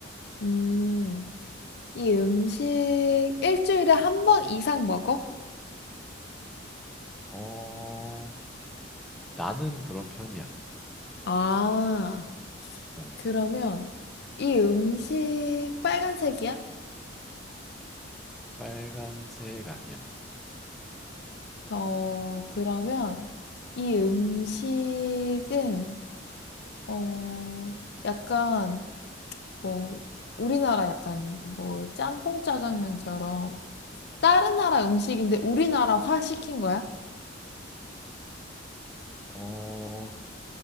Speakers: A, on the left; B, in the centre.
A: 음, 이 음식 일주일에 한 번 이상 먹어?
B: 어, 나는 그런 편이야.
A: 아,
B: 어,
A: 그러면 이 음식 빨간색이야?
B: 빨간색 아니야.
A: 어, 그러면 이 음식은 어, 약간 뭐 우리나라 약간 뭐 짬뽕 짜장면처럼 다른 나라 음식인데 우리나라화 시킨 거야?
B: 어,